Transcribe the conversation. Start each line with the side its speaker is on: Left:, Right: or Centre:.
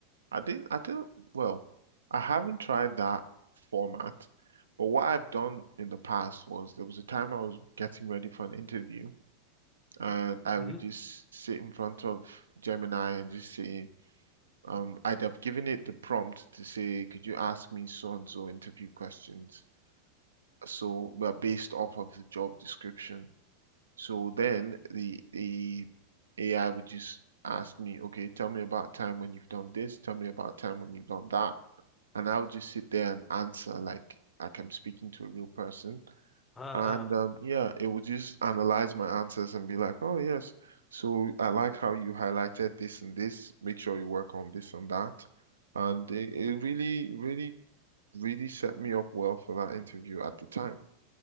Right: I didn't, I don't, well, I haven't tried that format, but what I've done in the past was there was a time I was getting ready for an interview and I
Left: Mm-hmm.
Right: would just sit in front of Gemini and just say, um, I'd have given it the prompt to say, could you ask me so and so interview questions? So, but based off of the job description. So then the the AI would just ask me, okay, tell me about time when you've done this, tell me about time when you've done that. And I would just sit there and answer like like I'm speaking to a real person.
Left: Oh, yeah.
Right: And um, yeah, it would just analyze my answers and be like, oh yes, so I like how you highlighted this and this. Make sure you work on this and that. And it, it really, really, really set me up well for that interview at the time.